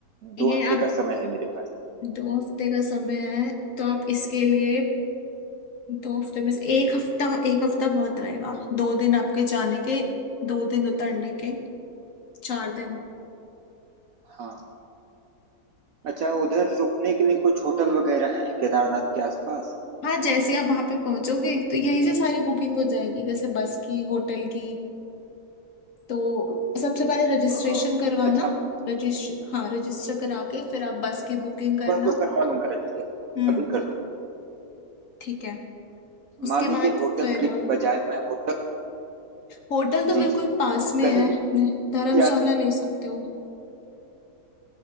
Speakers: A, on the left; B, on the right.
A: ये
B: दो हफ्ते
A: आप
B: का समय है मेरे पास
A: दो हफ्ते का समय है तो आप इसके लिए दो हफ्ते में से एक हफ्ता एक हफ्ता बहुत रहेगा दो दिन आपके जाने के दो दिन उतरने के चार दिन
B: हाँ अच्छा उधर रुकने के लिए कुछ होटल वगैरह हैं केदारनाथ के आसपास
A: हाँ जैसे ही आप वहां पे पहुंचोगे तो यहीं से सारी बुकिंग हो जाएगी जैसे बस की होटल की तो सबसे पहले रजिस्ट्रेशन
B: हाँ
A: करवाना
B: अच्छा
A: रजिस्ट्र हाँ रजिस्टर करा के फिर आप बस की बुकिंग करना
B: वह तो करवा लूंगा रजिस्टर
A: हम्म
B: अभी कर दूंगा
A: ठीक है उसके
B: मान
A: बाद
B: लीजिए होटल
A: फिर
B: की बजाय मैं होटल
A: होटल तो
B: जी
A: बिल्कुल
B: जी
A: पास
B: अ,
A: में
B: कहीं
A: है
B: भी
A: नहीं, धर्मशाला
B: जा
A: ले सकते हो